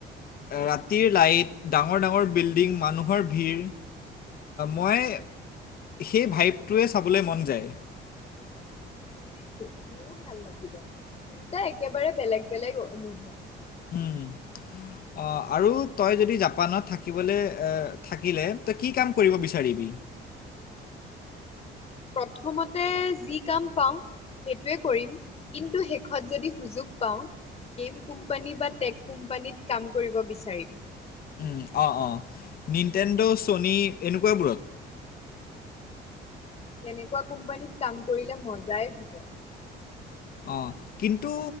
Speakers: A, on the left (about 55°); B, on the left (about 30°).
A: ৰাতিৰ লাইট ডাঙৰ ডাঙৰ বিল্ডিং মানুহৰ ভিৰ। মই সেই ভাইপটোৱে চাবলৈ মন যায়।
B: বুজিছো মোৰো ভাল লাগিব দুয়োটা একেবাৰে বেলেগ বেলেগ অনুভৱ। <unintelligible>
A: উম অ', আৰু তই যদি জাপানত থাকিবলৈ থাকিলে তই কি কাম কৰিব বিচাৰিবি।
B: <unintelligible> প্ৰথমতে যি কাম পাওঁ। সেইটোৱে কৰিম কিন্তু শেষত যদি সুযোগ পাওঁ। গেম কোম্পানী বা টেক কোম্পানীত কাম কৰিব বিচাৰিম।
A: উম অ অ নন্তেন্দ্ৰ চনি এনেকোৱা বোৰত।
B: তেনেকোৱা কোম্পানীত কাম কৰিলে মজাই হ'ব।
A: অ কিন্তু